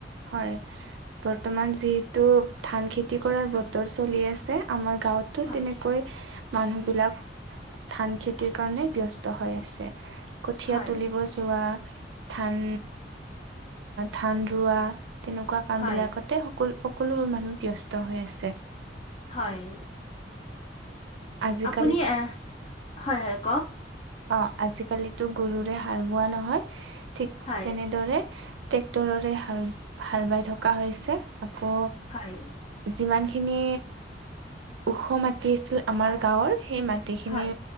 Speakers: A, on the right (about 80°); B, on the left (about 35°).
A: হয়, বৰ্তমান যিহেতু। ধান খেতি কৰাৰ বতৰ চলি আছে আমাৰ গাঁৱতো
B: হয়
A: তেনেকৈ। মানুহবিলাক ধান খেতিৰ কাৰণে ব্যস্ত হৈ আছে। কঠীয়া
B: হয়
A: তুলিব যোৱা, ধান ধান ৰোৱা। তেনেকুৱা কাম
B: হয়
A: বিলাকতে সকলো সকলোবোৰ মানুহ ব্যস্ত হৈ আছে।
B: হয়
A: আজিকালি
B: আপুনি হয় হয় কওক।
A: অ আজিকালিতো গৰুৰে হাল বোৱা নহয় ঠিক
B: হয়
A: তেনেদৰে। ট্ৰেক্টৰৰে হাল হাল বাই থকা হৈছে আকৌ।
B: হয়
A: যিমানখিনি ওখ মাতি আছিল আমাৰ গাঁৱৰ। সেই মাটিখিনি
B: হয়